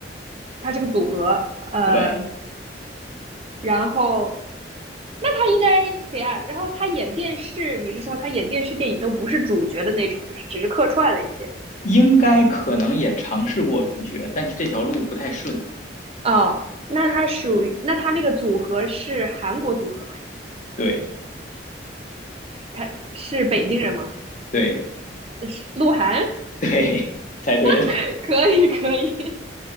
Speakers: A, on the right; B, on the left.
A: 他是个组合，呃，
B: 对，
A: 然后那他应该对啊，然后他演电视，你是说他演电视电影都不是主角的那种，就是只是客串了一些
B: 应该可能也尝试过主角，但是这条路不太顺，
A: 哦，那他属于，那他那个组合是韩国组合吗？以前
B: 对
A: 他是北京人吗？
B: 对。
A: 是鹿晗，
B: <laughs> 对，猜对了，
A: <laughs> 可以，可以，